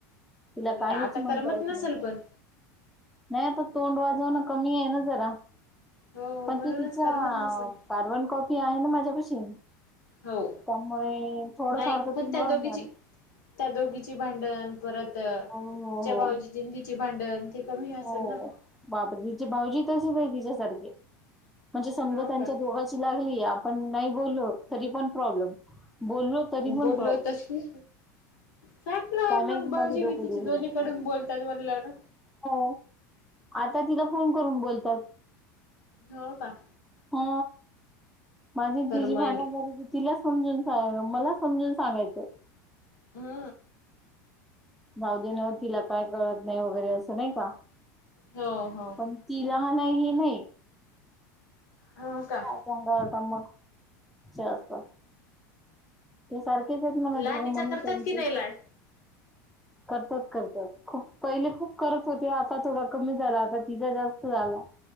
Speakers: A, in the centre; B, on the left.
A: तिला
B: बरं
A: काहीच
B: आता
A: म्हणता
B: करमत
A: येत
B: नसेल
A: नाहीत
B: पण.
A: नाई आता... तोंड वाजवणं कमी ए ना जरा.
B: हो
A: पण
B: म्हणूनच
A: ते तिचा...
B: करमत नसेल
A: कार्बन कॉपी आहे ना माझ्यापशी.
B: हो.
A: त्यामुळे... थोडं
B: नाही
A: फार तर
B: पण
A: तीन
B: त्या
A: वाजणार.
B: दोघीची त्या दोघीची भांडण... परत...
A: हो
B: तिच्या
A: हो हो.
B: भाऊजींची नी तिची भांडण... ते कमी असल
A: हो
B: ना?
A: बापरे... तिचे भाऊजी... तसेच ए... तिच्यासारखे. म्हणजे समजा...
B: हो
A: त्यांच्या
B: का?
A: दोघाची लागली... आपण नाई बोललो... तरी पण प्रॉब्लेम. बोललो तरी पण
B: बोललो
A: प्रॉब्लेम.
B: तशी संपलं आहे
A: त्याने
B: मग... भाऊजी
A: माझं डोकं
B: बी तिचे...
A: दुखून
B: दोन्ही
A: जातं.
B: कडून बोलतात म्हणाल्यानं.
A: हो... आता तिला फोन करून बोलतात.
B: हो का?
A: हो... माझी न
B: फरमाईली
A: तिझी भांडण झाली... त... तिला समजून सांगायचं.... मला समजून सांगायचं.
B: हु
A: जाऊ दे नं... तिला काय कळत नाई वगैरे... असं नाई का
B: हो हो.
A: पण ती लहान ए... हे नई.
B: हो का?
A: काय चांगलं होता मग... <unintelligible> ते सारखेच आहेत म्हण
B: लहानीचा
A: दोघं म्हणून
B: करतात
A: त्यांचे
B: की नाही लाड
A: करतात करतात. खूप पहिले खूप कर त होते आता थोडा कमी झाला. आता तिचा जास्त झाला.